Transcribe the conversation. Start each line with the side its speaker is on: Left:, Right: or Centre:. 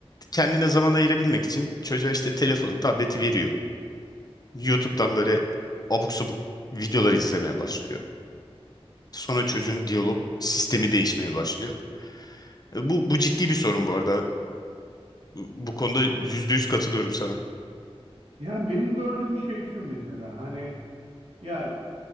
Left: kendine zaman ayırabilmek için çocuğa işte telefonu, tableti veriyor. YouTube'dan böyle abuk subuk videolar izlemeye başlıyor. Sonra çocuğun diyalog sistemi değişmeye başlıyor. E, Bu, bu ciddi bir sorun bu arada. Bu konuda yüzde yüz katılıyorum sana.
Right: yani benim gördüğüm şey şu mesela hani ya